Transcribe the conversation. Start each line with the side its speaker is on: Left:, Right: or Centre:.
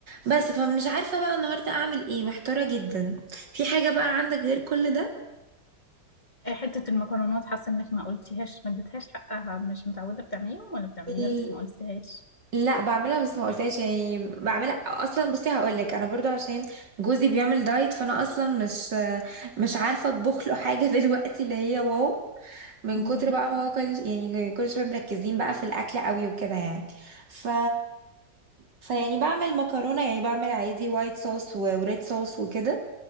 Right: بس فمش عارفه بقى النهارده اعمل ايه محتاره جدا في حاجه بقى عندك غير كل ده
Left: آه حته المكرونات حاسه انك ما قلتيهاش ما اديتهاش حقها مش متعوده بتعمليهم ولا بتعمليها
Right: ال-
Left: بس ما قلتهاش
Right: لا بعملها بس ما قلتهاش يعني بعملها اصلا بصي هقول لك انا برضو عشان جوزي بيعمل دايت فانا اصلا مش مش عارفه اطبخ له حاجه <laughs> دلوقتي اللي هي واو من
Left: مم.
Right: كتر بقى ما هو كل يعني كل شويه مركزين بقى في الاكل قوي وكده يعني ف فيعني بعمل مكرونه يعني بعمل عادي وايت صوص وريد صوص وكده